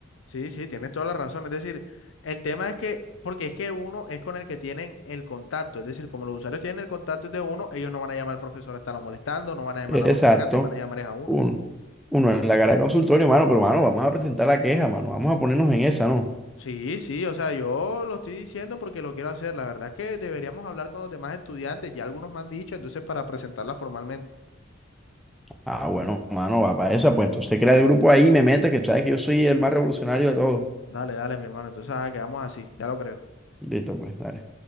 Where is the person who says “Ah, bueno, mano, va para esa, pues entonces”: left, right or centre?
Centre